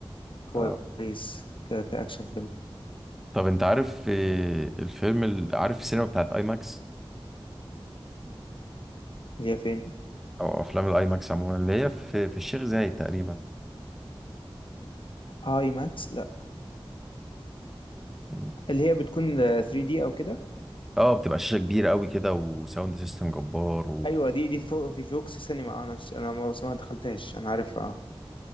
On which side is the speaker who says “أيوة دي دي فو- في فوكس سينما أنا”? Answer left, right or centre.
Left